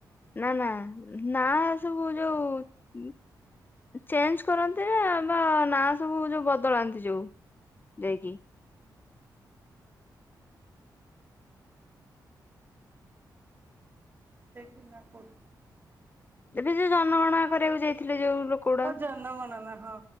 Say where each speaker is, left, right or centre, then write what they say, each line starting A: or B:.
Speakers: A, on the left; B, on the right.
A: ନା ନା ନା ସବୁ ଯୋଉ ଚେଞ୍ଜ କରନ୍ତି ନା ବା ନା ସବୁ ଯୋଉ ବଦଳାନ୍ତି ଯୋଉ ଯାଇକି
B: ସେଇଠି ନା କଉଠି
A: ଏବେ ଯୋଉ ଜନଗଣନା କରିବାକୁ ଯାଇଥିଲେ ଯୋଉ ଲୋକେ ଗୁଡ଼ା
B: ହଉ ଜନଗଣନା ହଁ